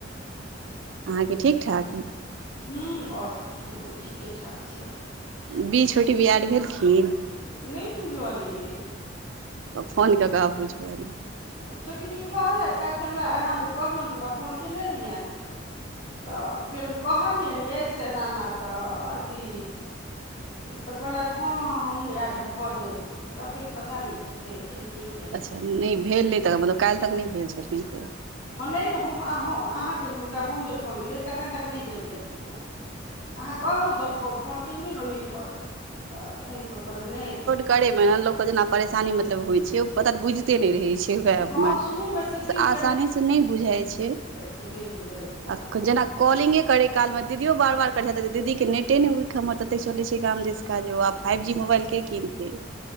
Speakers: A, on the right; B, on the left.
A: आहाँके ठीक- ठाक
B: हूँ और सब हमरो ठीके- ठाक छै।
A: बी छोटी बी ऐड भेलखिन।
B: नै बुझलए यै।
A: तऽ फोन कऽ के आब पुछबै।
B: ओ छोटी बी कहलथि कैल्हखिन वैह अहाँ जे कहलौ तऽ हुनका फोन केने रहियैन। तऽ फेर हम कहलियैन यै से एना -एना तऽ अथी। तऽ कहलैथ हँ हमहूँ ऐड भऽ जाय छी तकर बाद फेर पता नै की भेल। देलकै कि नै।
A: अच्छा नै भेल नै तऽ मतलब कैल्ह तक नै भेल छेलखिन से।
B: हँ नै तऽ हम हँ अहाँ जे हम जे फोन केलियै तखन तक नै भेल छलखिन हेँ। आहाँ कहलौ तऽ हम फोन केलियै ने ओही पर तऽ तहीपर कहलैन नै।
A: करै मे न लोकके जेना परेशानी मतलब होय छै। पता बुझिते नै रहै छै ओएह
B: हँ
A: मे
B: शुरूमे सेटिंग
A: से आसानी से नै बुझाइ छै।
B: से नै बुझाइ छै आहाँ।
A: आ जेना कॉलिंगे करै कालमे दीदीओ बार -बार करै छथिन त दीदीक नेटे नै वीक हमर ततेक चलै छै गाम दिसका आप फाइव जी मोबाइलके किनतै